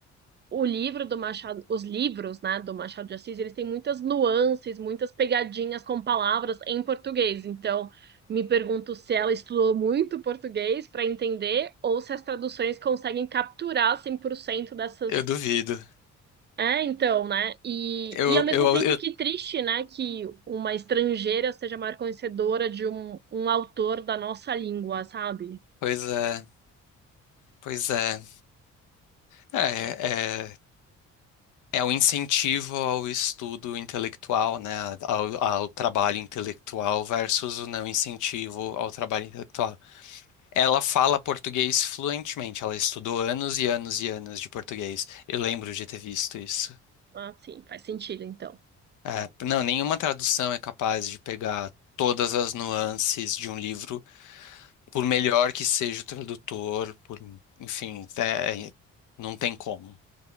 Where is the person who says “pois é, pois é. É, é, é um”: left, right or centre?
Left